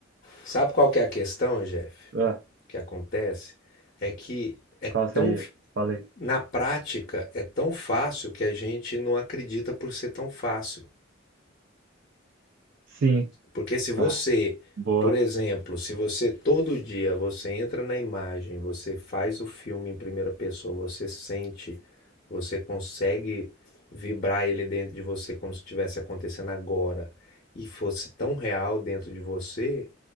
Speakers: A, on the left; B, on the right.
A: Sabe qual que é a questão, Jeff?
B: Ah,
A: Que acontece é que é
B: qual seria?
A: tão
B: Falei.
A: na prática é tão fácil que a gente não acredita por ser tão fácil.
B: Sim.
A: Porque se você,
B: Ah, boa.
A: por exemplo, se você todo dia você entra na imagem, você faz o filme em primeira pessoa, você sente, você consegue vibrar ele dentro de você como se estivesse acontecendo agora, e fosse tão real dentro de você,